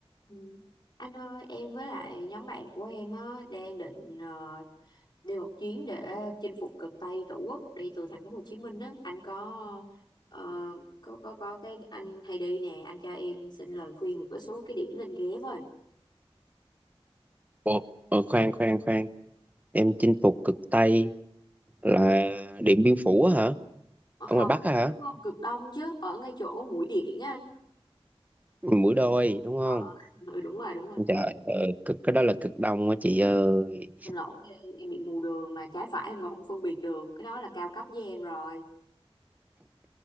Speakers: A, on the left; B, on the right.
A: Ừ. Anh ơi, em với lại nhóm bạn của em á, đang định ờ, đi một chuyến để chinh phục cực Tây Tổ quốc đi từ thành phố Hồ Chí Minh á. Anh có ờ, có có có cái anh hay đi nè, anh cho em xin lời khuyên một cái số cái điểm nên ghé với.
B: Ồ, ờ, khoan khoan khoan em chinh phục cực Tây là Điện Biên Phủ á hả
A: Ờ,
B: ở
A: không,
B: ngoài Bắc á hả
A: đúng không cực Đông chứ, ở ngay chỗ Mũi Điện á anh.
B: Mũi Đôi đúng không
A: Ờ, ờ. <laughs> ừ, đúng rồi, đúng rồi.
B: trời ờ, cực cái đó là cực Đông á chị ơi
A: Xin lỗi em bị mù đường mà trái phải em còn không phân biệt được. Cái đó là cao cấp với em rồi.